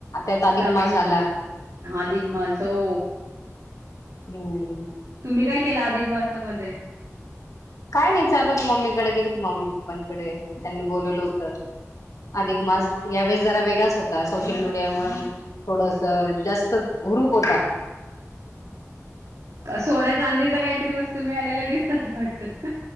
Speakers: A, on the left; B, on the right.
A: त्यात अधिक
B: चालू
A: मास
B: होत
A: आला
B: आधिक मासच हो
A: हम्म
B: <inaudible> तुम्ही काय केला अधिक मासामध्ये
A: काय नाही चालू तू मम्मीकडे गेली ती मम्मी पप्पांकडे त्यांनी बोलवलं होत अधिक मास
B: हा हा
A: या वेळेस जरा वेगळाच होता सोशल मीडिया मग थोडस जास्त हुरूप होता <inaudible>
B: का सोन्याचा आधीचा काहीतरी वस्तू मी आलेला दिसत <inaudible> वाटतं